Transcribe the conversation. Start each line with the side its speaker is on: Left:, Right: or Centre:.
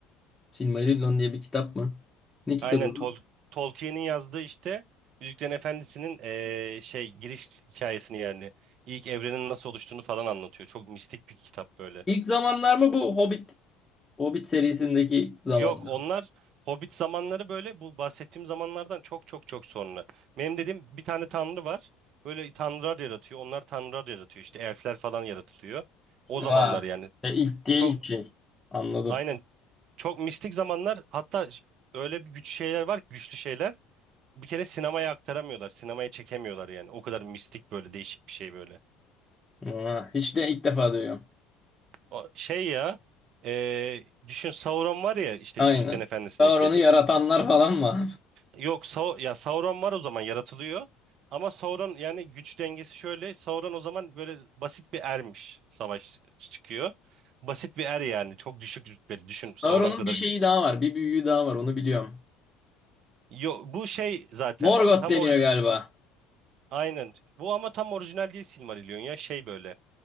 Left: Silmarillion diye bir kitap mı? Ne kitabı
Right: Aynen Tol
Left: bu?
Right: Tolkien'in yazdığı işte Yüzüklerin Efendisi'nin eee, şey giriş hikayesini yani ilk evrenin nasıl oluştuğunu falan anlatıyor. Çok mistik bir kitap böyle.
Left: İlk zamanlar mı bu Hobbit Hobbit serisindeki zamanda.
Right: Yok onlar Hobbit zamanları böyle bu bahsettiğim zamanlardan çok çok çok sonra. Benim dediğim bir tane tanrı var. Böyle tanrılar yaratıyor. Onlar tanrılar yaratıyor işte elfler falan yaratılıyor. O zamanlar
Left: Ha.
Right: yani
Left: E, ilk diye
Right: çok
Left: ilk şey. Anladım.
Right: aynen çok mistik zamanlar hatta öyle bir güç şeyler var güçlü şeyler. Bir kere sinemaya aktaramıyorlar. Sinemaya çekemiyorlar yani. O kadar mistik böyle değişik bir şey böyle.
Left: Ha. Hiç de ilk defa duyuyorum.
Right: O- şey ya e, düşün Sauron var ya işte
Left: Aynen.
Right: Yüzüklerin Efendisi'ndeki.
Left: Sauron'u yaratanlar falan mı?
Right: Yok Sau ya Sauron var o zaman yaratılıyor. Ama Sauron yani güç dengesi şöyle. Sauron o zaman böyle basit bir ermiş. Savaş çıkıyor. Basit bir er yani. Çok düşük rütbeli.
Left: <laughs>
Right: Düşün Sauron
Left: Sauron'un
Right: kadar
Left: bir şeyi
Right: güçlü.
Left: daha var. Bir büyüğü daha var. Onu biliyorum.
Right: Yok bu şey zaten
Left: Morgoth
Right: tam
Left: deniyor
Right: orij
Left: galiba.
Right: aynen. Bu ama tam orijinal değil Silmarillion ya şey böyle.